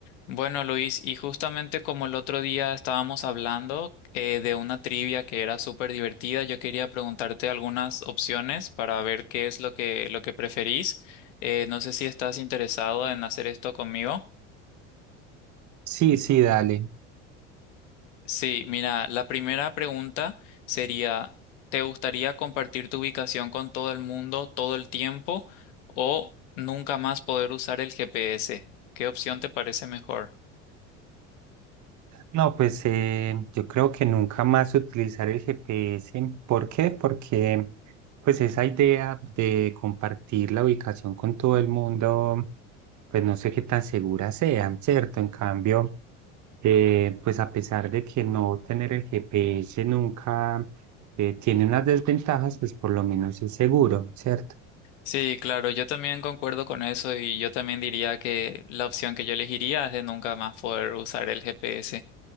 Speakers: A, on the left; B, on the right.
A: Bueno, Luis, y justamente como el otro día estábamos hablando eh, de una trivia que era súper divertida, yo quería preguntarte algunas opciones para ver qué es lo que, lo que preferís. Eh, no sé si estás interesado en hacer esto conmigo.
B: Sí, sí, dale.
A: Sí, mira, la primera pregunta sería, ¿te gustaría compartir tu ubicación con todo el mundo todo el tiempo o nunca más poder usar el GPS? ¿Qué opción te parece mejor?
B: No, pues eh, yo creo que nunca más utilizar el GPS. ¿Por qué? Porque pues esa idea de compartir la ubicación con todo el mundo, pues no sé qué tan segura sea, ¿cierto? En cambio, eh, pues a pesar de que no tener el GPS nunca eh, tiene unas desventajas, pues por lo menos es seguro, ¿cierto?
A: Sí, claro, yo también concuerdo con eso y yo también diría que la opción que yo elegiría es de nunca más poder usar el GPS.